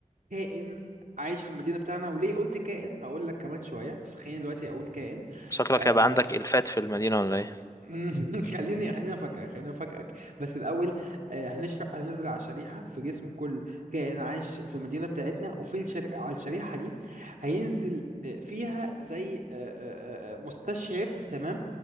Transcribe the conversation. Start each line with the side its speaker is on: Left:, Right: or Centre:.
Right: كائن عايش في المدينه بتاعنا وليه قلت كائن هقول لك كمان شويه بس خليني دلوقتي اقول كائن
Left: شكلك
Right: آه،
Left: هيبقى عندك الفات في المدينه ولا ايه
Right: <laughs> خليني خليني افاجئك خليني افاجئك بس الاول آه، هنشرح هنزرع شريحه في جسم كل كائن عايش في المدينه بتاعتنا وفي الشري... على الشريحه دي هينزل آه، فيها زي آه، آه، آه، مستشعر تمام